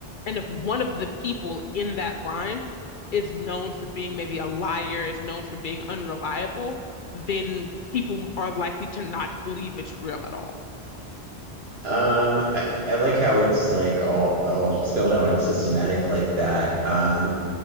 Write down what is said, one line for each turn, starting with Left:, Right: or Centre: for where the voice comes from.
Left: And if one of the people in that line is known for being maybe a liar, is known for being unreliable, then people are likely to not believe it's real at all.
Right: um I, I like how it's like all all spelled out and systematic like that. Um,